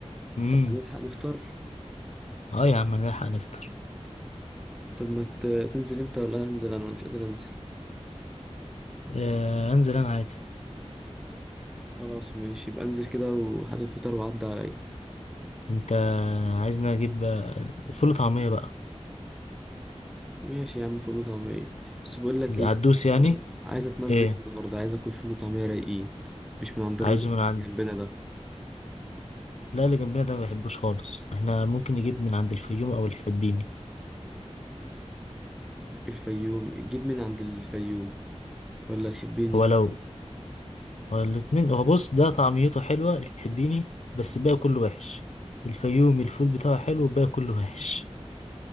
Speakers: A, on the left; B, in the centre.
A: امم
B: طب هنلحق نفطر
A: اه يا عم هنلحق نفطر
B: طب ما ت- تنزل انت ولا هنزل انا مش قادر انزل
A: آه انزل انا عادي
B: خلاص ماشي يبقى انزل كده وهات الفطار وعدي عليا
A: انت عايزنا نجيب آه، فول وطعمية بقى
B: ماشي يا عم فول وطعمية بس بقول لك ايه
A: هتدوس يعني
B: عايز اتمزج
A: ايه
B: النهارده عايز اكل فول وطعمية رايقين مش من عند
A: عايزه
B: الراجل
A: من عند
B: اللي جنبنا ده
A: لا اللي جنبنا ده ما بيحبوش خالص احنا ممكن نجيب من عند الفيوم او الحبيني
B: الفيوم جيب من عند الفيوم ولا الحبيني
A: هو لو هو الاتنين هو بص ده طعميته حلوة الحبيني بس الباقي كله وحش الفيومي الفول بتاعه حلو والباقي كله وحش